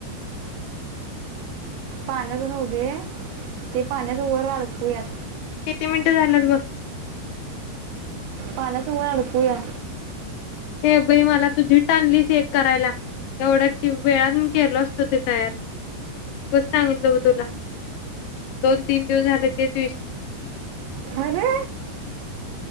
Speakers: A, on the right (about 80°); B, on the left (about 85°).
A: पाण्याच ऱ्हाऊ दे. ते पाण्याच वर आडकूयाच.
B: किती मिन झाल्यात बघ.
A: पालाच वळ अडकू्या.
B: ये बाई मला तुझी टाणलीस हे एक करायला. एवढ्या कि वेळात मी केलो असतो ते तयार, उगच सांगितलं बघ तुला, दोन तीन दिवस झाले तेच विषय.
A: अरे